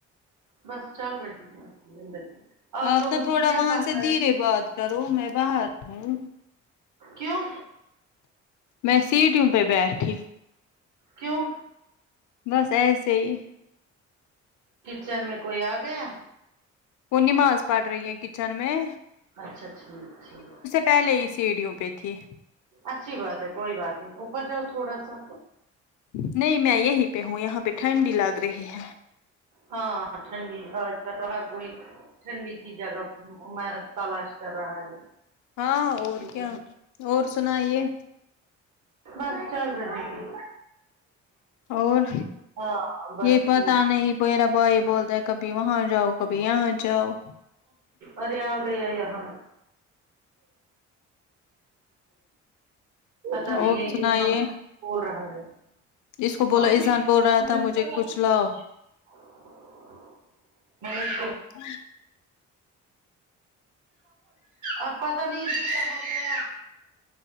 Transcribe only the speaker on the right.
بس چل رہی ہے زندگی
لوگوں
کیا
پکایا
کیوں
کیوں
کچن میں کوئی آ گیا
اچھا ٹھیک ٹھیک
اچھی بات ہے کوئی بات نہیں اوپر جاؤ تھوڑا سا
ہاں ٹھنڈی ہے باہر تھوڑی ٹھنڈی کی جگہ تلاش کر رہا ہے
جی
بس
بس چل رہا ہے
ہاں بس
ٹھیک
ارے آ گیا یہاں پتا نہیں
ہےیہ
کون بول رہا ہے <inaudible>
<unintelligible>
ا پتہ نہیں ہے او کو کیا